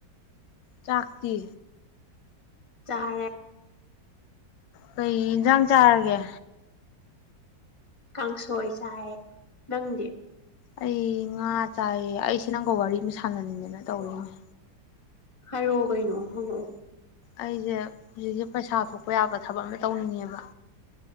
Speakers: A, on the left; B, on the left.
A: ꯆꯥꯛꯇꯤ
B: ꯆꯔꯦ
A: ꯀꯩ ꯏꯟꯖꯥꯡ ꯆꯥꯔꯒꯦ
B: ꯀꯥꯡꯁꯣꯏ ꯆꯥꯏꯑꯦ ꯅꯪꯗꯤ
A: ꯑꯩ ꯉꯥ ꯆꯥꯏ ꯑꯩꯁꯤ ꯅꯪ ꯋꯥꯔꯤ ꯑꯃ ꯁꯥꯟꯅꯅꯤꯡꯗꯅ ꯇꯧꯔꯏꯅꯤ
B: ꯍꯥꯏꯔꯣ ꯀꯩꯅꯣ ꯍꯪꯉꯛꯑꯣ
A: ꯑꯩꯖꯦ ꯍꯧꯖꯤꯛꯖꯦ ꯄꯩꯁꯥ ꯊꯣꯛꯄ ꯌꯥꯕ ꯊꯕꯛ ꯑꯃ ꯇꯧꯅꯤꯡꯉꯦꯕ